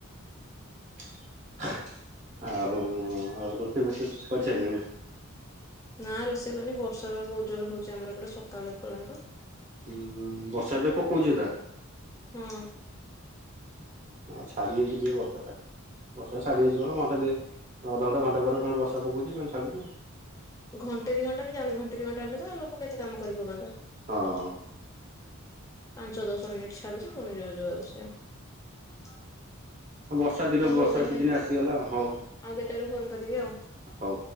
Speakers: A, on the right; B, on the left.
A: ଆଉ ଆଉ ରୋଷେଇ ଫୋଷେଇ କରିସାରିଲଣି?
B: ନା ରୋଷେଇ କରନି ବର୍ଷା ବା ବହୁତ ଜୋରରେ ହଉଛି ଆମର ଏପଟେ ସକାଳୁ ଏ ପର୍ଯ୍ୟନ୍ତ।
A: ହୁଁ ବର୍ଷା ଏବେ ପକଉଚି ଏକା।
B: ହୁଁ।
A: ଆ ଛାଡ଼ିି ଯାଇଚି ଟିକେ ବର୍ଷାଟା। ବର୍ଷା ଛାଡି ଯାଇଛି କଣ ଘଣ୍ଟେ ଦି ଅଧଘଣ୍ଟା ଘଣ୍ଟେ ପରେ ଫୁଣି ବର୍ଷା ପକଉଚି ପୁଣି ଛାଡୁଛି।
B: ଘଣ୍ଟେ ଦି ଘଣ୍ଟା ବି ଯାଉନି ଘଣ୍ଟେ ଦି ଘଣ୍ଟା ହେଲେ ତ ଲୋକ କେତେ କାମ କରି ପକାନ୍ତା।
A: ହଁ
B: ପାଞ୍ଚ ଦଶ ମିନିଟ ଛାଡ଼ୁଚି ପୁଣି ଯୋଉ ଯୋଉଆକୁ ପୁଣି ସେଇଆ।
A: ବର୍ଷା ଦିନ
B: ହଉ
A: ବର୍ଷା
B: ତାହେଲେ
A: ସିଜିନ ଆସିଗଲା ହଉ
B: ଆଉ କେତେବେଳେ ଫୋନ କରିବି ଆଉ।
A: ହଉ